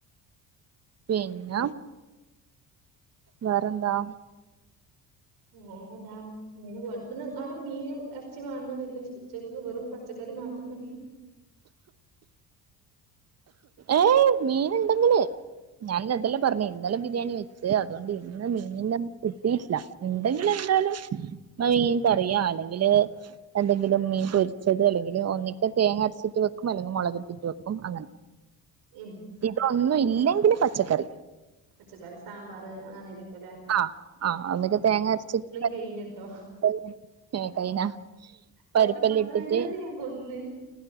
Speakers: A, on the right; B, on the right.
A: പിന്ന വേറെന്താ
B: വേറെതാ മീന് പോണം ഇട്ന്ന് അവടെ മീന് എറച്ചി വേണന്നൊന്നു ഉച്ചക്ക് വെറും പച്ചക്കറി മാത്രം മതി <unintelligible>
A: ഏഹ് മീൻ ഇണ്ടെങ്കില് ഞാനി അതല്ലെ പറഞ്ഞെ ഇന്നലെ ബിരിയാണി വെ ച്ച് അതോണ്ട് ഇന്ന് മീന കിട്ടീട്ടില്ല ഇണ്ടെങ്കിലെന്താലും മീങ്കറിയാ അല്ലെങ്കില് എന്തെങ്കിലും മീൻ പൊരിച്ചത് അല്ലെങ്കില് ഒന്നിക്ക തേങ്ങ അരച്ചി ട്ട് വെക്കും അല്ലെങ്കി മൊളകിട്ടിട്ട് വെക്കും അങ്ങനെ
B: ഇം
A: ഇതൊന്നും ഇല്ലെങ്കില് പച്ചക്കറി
B: പച്ചക്കറി സാമ്പാർ അങ്ങനെ ഇലക്കെല്ലേ
A: ആഹ് ആഹ് ഒന്നെങ്കി തേങ്ങ അരച്ചിട്ട്
B: കഴിഞ്ഞിട്ടോ
A: <inaudible> കൈന പരിപ്പെല്ലാം
B: മൊത്തം പത്ത്
A: ഇട്ടിട്ട്
B: പതിനഞ്ചെണം ഞാ കൊന്ന്